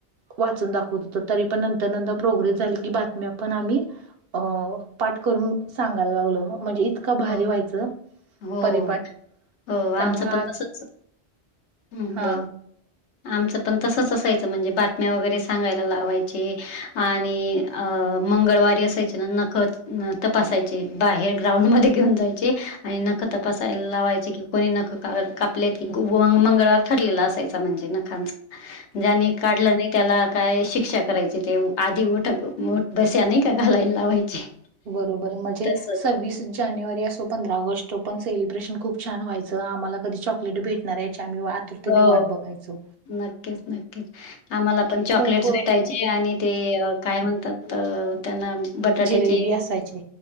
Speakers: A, on the right (about 65°); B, on the left (about 75°).
A: वाचून दाखवत होतो तरी पण नंतर नंतर प्रोग्रेस झाली की बातम्या पण आम्ही अ पाठ करून सांगायला लागल म्हणजे इतका भारी
B: हो.
A: व्हायच
B: हो
A: परिपाठ
B: हो
A: त्यामुळे
B: आमचं
A: आज
B: पण तसच हं
A: हा
B: बोल. आमचं पण तसंच असायचं म्हणजे बातम्या वगैरे सांगायला लावायचे आणि अ मंगळवारी असायचे ना नखत तपासायचे बाहेर ग्राउंडमध्येध्ये घेऊन जायचे आणि नख तपासायला लावायचे की कोणी नख कापले की मंगळवार थरलेला असायचा म्हणजे नखांच
A: <inaudible>
B: ज्यांनी काढलं नाही त्याला काय शिक्षा करायची ते आधी उठठ बस्याने का घालायला लावायचे
A: बरोबर म्हणजे
B: तसंच
A: सव्वीस जानेवारी असो पंधरा ऑगस्टो पण सेलिब्रेशन खूप छान हायचं आम्हाला की चकट भेटणार याची आम्ही वा आतुरतेने
B: हो
A: वाट बघायचो.
B: नक्कीच नक्कीच आम्हाला पण
A: खूप
B: चॉकलेट्स
A: अ,
B: भेटायची आणि ते काय म्हणतात त्यांना बटाट्याचे
A: जिलेबी असायची